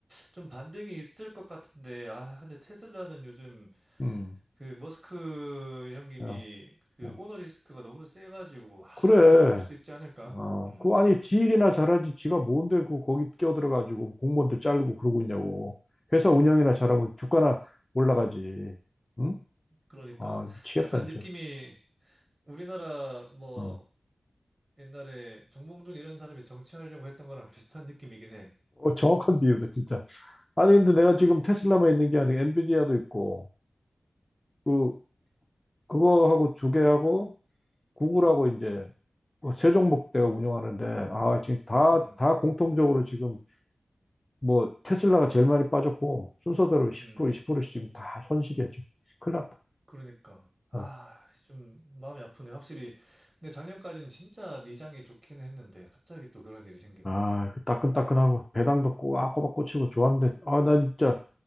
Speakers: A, on the right (about 35°); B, on the left (about 30°).
A: 좀 반등이 있을 것 같은데, 아, 근데 테슬라는 요즘
B: 음,
A: 그 머스크 형님이
B: 야,
A: 그
B: 뭐.
A: 오너리스크가 너무 세가지고, 아,
B: 그래.
A: 조금 힘들 수도 있지 않을까?
B: 아,
A: 음.
B: 그, 아니, 지 일이나 잘하지. 지가 뭔데, 그, 거기 끼어들어가지고 공무원들 자르고 그러고 있냐고. 회사 운영이나 잘하면 주가나 올라가지. 응?
A: 그러니까
B: 아, 미치겠다,
A: 약간 느낌이
B: 진짜.
A: 우리나라 뭐
B: 어,
A: 옛날에 정몽준 이런 사람이 정치하려고 했던 거랑 비슷한 느낌이긴 해.
B: 어, 정확한 비유다, 진짜. 아니, 근데 내가 지금 테슬라만 있는 게 아니고 엔비디아도 있고, 그, 그거하고 두 개하고 구글하고
A: 음,
B: 이제 뭐 세종목대가 운영하는데 아 지금 다
A: 음,
B: 다 공통적으로 지금 뭐 테슬라가 제일 많이 빠졌고 순서대로 10%
A: 음.
B: 20%씩 지금 다 손실이야 지금 큰일 났다.
A: 그러니까 아,
B: 어.
A: 좀 마음이 아프네. 확실히 근데 작년까지는 진짜 미장이 좋기는 했는데 갑자기 또 그런 일이 생기네.
B: 아, 그 따끈따끈하고 배당도 꼬박꼬박 꽂히고 좋았는데 아, 난 진짜